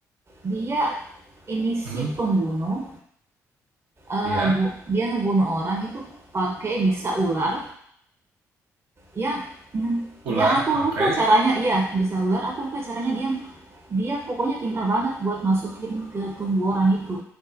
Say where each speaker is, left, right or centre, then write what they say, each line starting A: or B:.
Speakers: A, on the right; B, on the right.
A: dia ini si
B: hmm
A: pembunuh eh,
B: iya
A: bu- dia ngebunuh orang itu pakai bisa ular yang hmm, yang
B: ular
A: aku lupa
B: oke Okay.
A: caranya iya bisa ular aku lupa caranya dia dia pokoknya pintar banget buat masukin ke tubuh orang itu